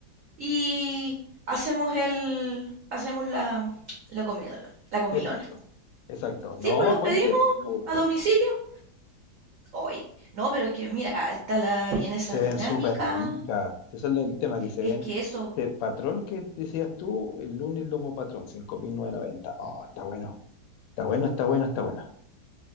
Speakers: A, on the right; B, on the left.
A: y hacemos el, hacemos la, la comidolona, la comilona.
B: Exacto, exacto. No,
A: Sí, pues los pedimos
B: buena idea, me gustó.
A: a domicilio hoy. No, pero es que mira, está la vienesa
B: Y se
A: dinámica,
B: ven súper ricas. Si Ese es el tema, que se
A: es
B: ven...
A: que eso,
B: Este patrón que decías tú, el lunes lomo patrón, 5.990. Oh, está bueno. Está bueno, está bueno, está bueno.